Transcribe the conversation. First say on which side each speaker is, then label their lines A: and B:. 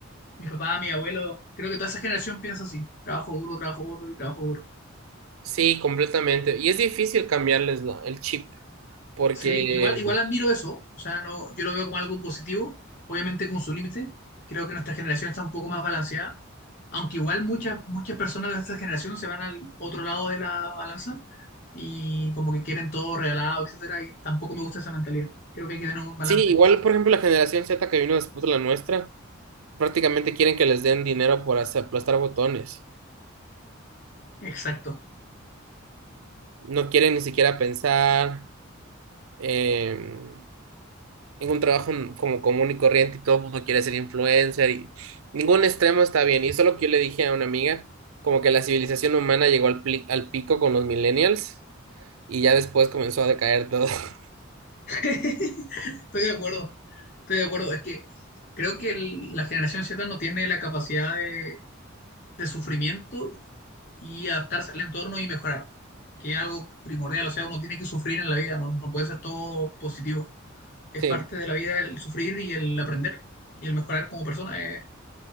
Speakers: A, on the left (about 55°); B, on the right (about 85°).
A: mi papá, mi abuelo, creo que toda esa generación piensa así, trabajo duro, trabajo duro y trabajo duro.
B: Sí, completamente. Y es difícil cambiarles la- el chip, porque
A: Sí, igual, igual admiro eso, o sea, no, yo lo veo como algo positivo, obviamente con su límite, creo que nuestra generación está un poco más balanceada, aunque igual muchas, muchas personas de esta generación se van al otro lado de la balanza y como que quieren todo regalado, etcétera, y tampoco me gusta esa mentalidad, creo que hay que tener un balance.
B: sí, igual, por ejemplo, la generación Z que vino después de la nuestra, prácticamente quieren que les den dinero por hacer- aplastar botones.
A: Exacto.
B: No quieren ni siquiera pensar em, en un trabajo como común y corriente y todo el mundo quiere ser influencer y ningún extremo está bien. Y eso es lo que yo le dije a una amiga, como que la civilización humana llegó al, pli- al pico con los millennials y ya después comenzó a decaer todo. <laughs>
A: <laughs> Estoy de acuerdo, estoy de acuerdo. Es que creo que el- la generación Z no tiene la capacidad de, de sufrimiento y adaptarse al entorno y mejorar, que es algo primordial. O sea, uno tiene que sufrir en la vida, no, no puede ser todo positivo. Es
B: Sí.
A: parte de la vida el sufrir y el aprender y el mejorar como persona, es